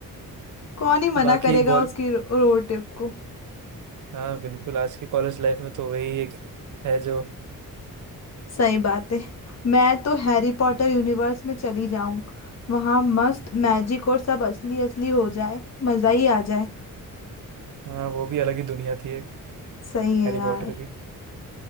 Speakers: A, on the left; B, on the right.
A: कौन ही मना
B: बाकी
A: करेगा
B: बॉल
A: उसकी रोड ट्रिप को
B: हाँ बिल्कुल आज की कॉलेज लाइफ में तो वही एक है जो
A: सही बात है मैं तो हैरी पॉटर यूनिवर्स में चली जाऊं वहां मस्त मैजिक और सब असली असली हो जाए मजा ही आ जाए
B: हाँ वो भी अलग ही दुनिया थी एक
A: सही है
B: हैरी
A: यार
B: पॉटर की